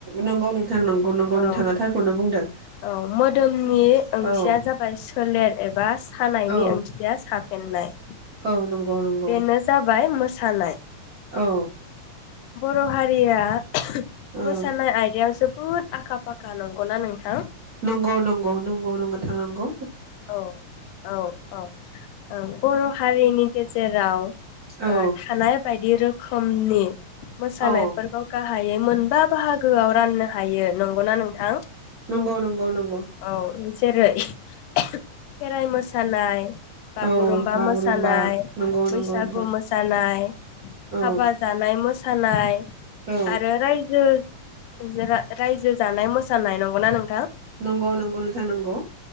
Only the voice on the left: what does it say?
औ
औ मोदोमनि ओंथिया
जाबाय सोलेर एबास खानायनि
ओंथिया साब फेननाय
बेनो जाबाय मोसा सानाय
बर' हारिया
मोसानाय आइदायाव जोब बोद आखा फाखा नंगौना नोंथां?
औ औ औ ओं बर' हारिनि गेजेराव। राव
ओ थानाय बायदि रो खोमनि मोसानायफोरखौ
गाहायै मोनबा बाहागोआव राननो हायो नं नंगौना नोंथां?
औ जेरै खेराइ मोसानाय बागुरुमबा
मोसानाय
बैसागु
मोसानाय
हाबा जानाय मोसानाय
आरो रायजो जारा रायजो जानाय मोसानाय नंगौना नों